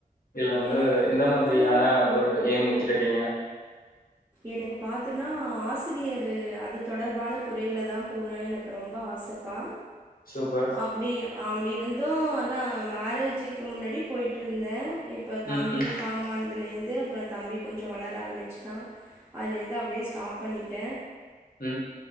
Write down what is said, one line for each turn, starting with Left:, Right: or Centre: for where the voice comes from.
Left: இல்ல வந்து
Right: எனக்கு
Left: எந்த
Right: வந்து
Left: மாத்ரியான ஒரு ஏம் வச்சிருக்கீங்க
Right: எனக்கு பாத்துன்னா ஆசிரியரு அது தொடர்பான துறையில தா போணு எனக்கு ரொம்ப ஆச ப்பா
Left: சூப்பர்.
Right: அப்டி அப்டி இருந்து அதா மேரேஜுக்கு முன்னாடி போய்ட்ருந்த இப் இப்போ
Left: ம்,
Right: தம்பி
Left: ம்,
Right: பார்மானதுலருந்து அப்றோ தம்பி கொஞ்சோ வளர ஆரம்பிச்ட்டா அதுலருந்து அப்டியே ஸ்டாப் பண்ணிட்ட
Left: ம்